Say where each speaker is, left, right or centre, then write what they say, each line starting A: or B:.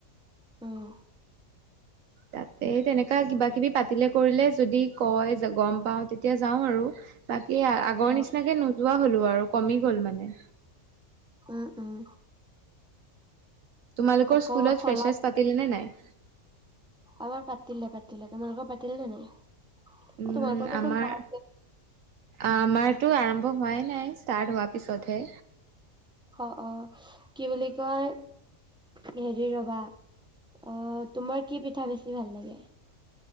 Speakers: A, in the centre; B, on the right (about 70°).
A: উম
B: তাতে তেনেকা কিবা কিবি পাতিলে কৰিলে যদি কয় গম পাওঁ তেতিয়া যাওঁ আৰু বাকী। এ আগৰ
A: অ
B: নিচিনাকে নোযো কোৱা হ'লো আৰু কমি গ'ল মানে
A: উম উম
B: তোমালোকৰ
A: আকৌ
B: স্কুলত
A: শলা
B: ফ্ৰেচাৰছ পাতিলে নে নাই?
A: আমাৰ পাতিলে পাতিলে তোমালোকৰ পাতিলে নে নাই? অ
B: উম
A: তোমালোকৰতো
B: আমাৰ
A: কোন
B: আমাৰতো আৰম্ভ হোৱাই নাই ষ্টাৰ্ট হোৱা পিছতে হে
A: অ অ কি বুলি কয় হেৰি ৰবা অ তোমাৰ কি পিঠা বেছি ভাল লাগে?